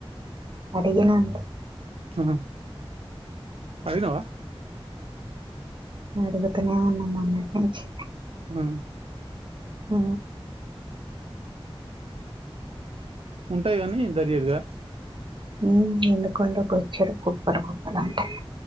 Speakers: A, on the right; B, on the right.
A: అడిగినంత
B: ఆహా అడిగినవా
A: అడుగుతనే ఉన్నా మొన్నటి నుంచి.
B: అ
A: ఆ
B: ఉంటాయి కానీ దర్యాతుగా
A: ఉమ్ ఎందుకండవు బోచ్చడు కుప్పలు కుప్పలు ఉంటాయి.